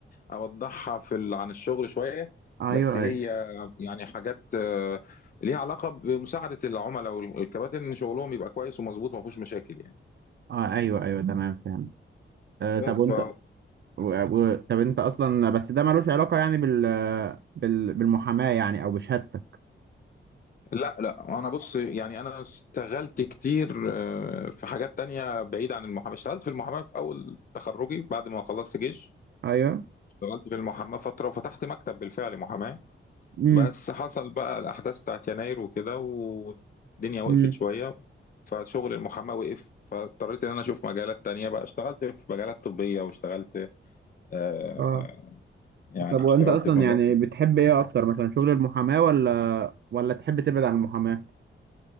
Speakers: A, on the left; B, on the right.
A: اوضحها في ال- عن الشغل شوية
B: ايوه
A: بس هي
B: ايوه
A: يعني حاجات آه ليها علاقة بمساعدة العملاء والكباتن ان شغلهم يبقى كويس ومظبوط وما فيهوش مشاكل يعني
B: آه ايوه ايوه تمام فهمت آه
A: بس
B: طب وانت
A: ف
B: و... و... طب انت اصلا بس ده ملوش علاقة يعني بال... بال... بالمحاماة يعني او بشهادتك
A: لا لا انا بص يعني انا اشتغلت كتير آه، في حاجات تانية بعيدة عن المحاماة اشتغلت في المحاماة في اول تخرجي بعد ما خلصت جيش
B: ايوه
A: اشتغلت في المحاماة فترة وفتحت مكتب بالفعل محاماة
B: امم
A: بس حصل بقى الأحداث بتاعت يناير وكده والدنيا وقفت
B: امم
A: شوية فشغل المحاماة وقف فاضطريت إن أنا أشوف مجالات تانية بقى اشتغلت في مجالات طبية واشتغلت آه
B: اه
A: يعني
B: طب وانت
A: اشتغلت
B: اصلا
A: في مجالات
B: يعني
A: طب-
B: بتحب ايه اكتر مثلا شغل المحاماة ولا ولا تحب تبعد عن المحاماة